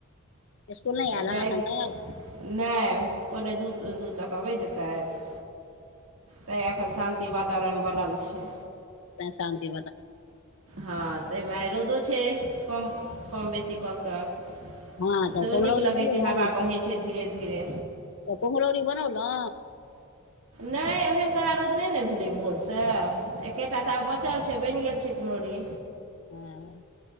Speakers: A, on the left; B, on the right.
A: इसकुल नहि
B: तऽ
A: आयल
B: जाइ
A: हन एखन तक
B: ना पोन्ने दू दू तक अबैत जैतैथ तै एखन शांति वातावरण बनल छै
A: तै शांति
B: हँ तऽमे रोदो छै कम कम बेसी कऽ कऽ
A: हँ तब
B: सेहो
A: कुम्हरौरी
B: नीक लगैत
A: बनेलहुँ
B: छै हवा बहै छै धीरे धीरे
A: तऽ कुम्हरोरी बनौ न
B: नाए एहन करा रौद नहि ने भेलै भोरसँ एकेटा तऽ आब बचल छै बनि गेल छै कुम्हरोरी
A: हँ